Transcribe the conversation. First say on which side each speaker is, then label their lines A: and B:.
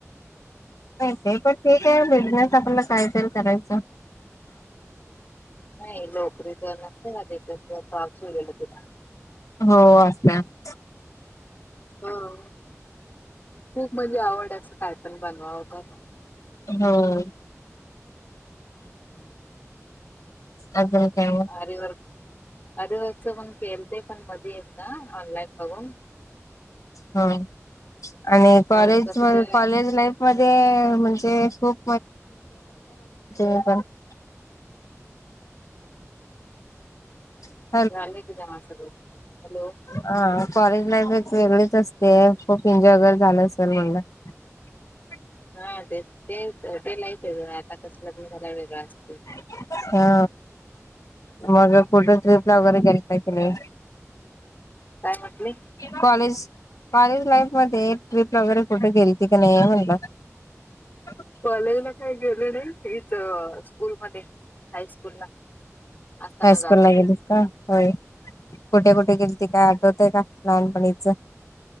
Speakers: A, on the left; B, on the left.
A: नाही, ते पण ठीक आहे. बिझनेस आपल्याला कायतरी करायच.
B: नाही, नोकरी तर नसते ना तिथं, काम सुटलेलं तिला
A: हो, असतयं असं
B: हो, खूप म्हणजे आवड असं, काय पण बनवावं करावं
A: हो.
B: <unintelligible>
A: अजून काय मग
B: आरी वर्क आरी वर्कच पण केलंत, पण मध्ये एकदा ऑनलाईन बघून केलं.
A: हं, आणि कॉलेज
B: परत कसं
A: अ
B: ते
A: कॉलेज लाईफ मध्ये म्हणजे खूप <unintelligible> <unintelligible>
B: झालं की जमा सगळं, हॅलो.
A: हा, कॉलेज लाईफ एक वेगळीच असते. खूप एन्जॉय वगैरे झालं असेल, म्हटलं. <unintelligible>
B: हा, तेच तेच. ते लाईफ वेगळं. आता कसं लग्न झाल्याव वेगळं असतंय.
A: हा, मग आता पुढं ट्रिपला वगैरे गेलता कि नाही?
B: काय म्हटले?
A: कॉलेज कॉलेज लाईफ मध्ये ट्रिपला वगैरे कुठे गेलती की नाही म्हणलं <inaudible>
B: कॉलेजला काही गेले नाही, इथं स्कूल मध्ये हायस्कूलला असताना
A: हायस्कूल
B: जात होतेे.
A: ला गेलीस का? होय. कुठे कुठे गेलती काय आठवतंय का लहानपणीच?